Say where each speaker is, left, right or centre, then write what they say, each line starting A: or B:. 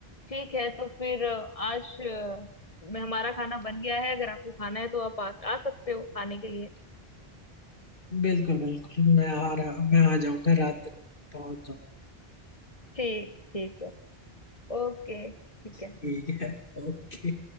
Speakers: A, on the left (about 35°); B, on the left (about 60°).
A: ठीक है तो फिर अ, आज अ, मैं हमारा खाना बन गया है अगर आपको खाना है तो आप आ, आ सकते हो खाने के लिए
B: बिल्कुल बिल्कुल मैं आ रहा मैं आ जाऊंगा रात तक मैं पहुंच जाऊंगा
A: ठीक ठीक है ओके ठीक है
B: ठीक है ओके